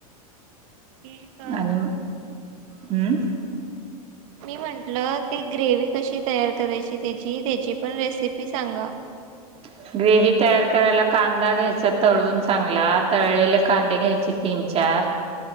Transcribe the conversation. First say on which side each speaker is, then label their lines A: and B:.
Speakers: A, on the right (about 60°); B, on the right (about 30°).
A: <unintelligible>
B: आणि हम्म.
A: मी म्हंटलं ती ग्रेव्ही कशी तयार करायची त्याची त्याची पण रेसिपी सांगा.
B: <inaudible> ग्रेव्ही तयार करायला कांदा घ्यायचा तळून चांगला तळलेले कांदे घ्यायचे तीन. चार,